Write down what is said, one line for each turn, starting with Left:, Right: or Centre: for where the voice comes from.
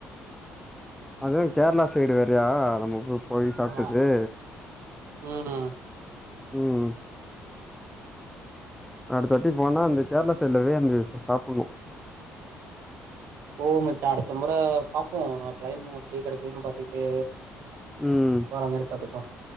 Centre: அது கேர்ளா சைடு வேறய நம்ம போ போய் சாப்ட்டது
Right: ஆமா ம்
Centre: ம் அடுத்தட்டி போனா அந்த கேர்ள சைடில்ல போய் அந்து செ சாப்புன்னு
Right: போவு மச்சா அடுத்த முற பாப்போ டைம்மு எப்டி கெடைக்குதுன்னு பாத்துக்கிட்டு
Centre: ம்
Right: போற மாரி பாத்துக்கு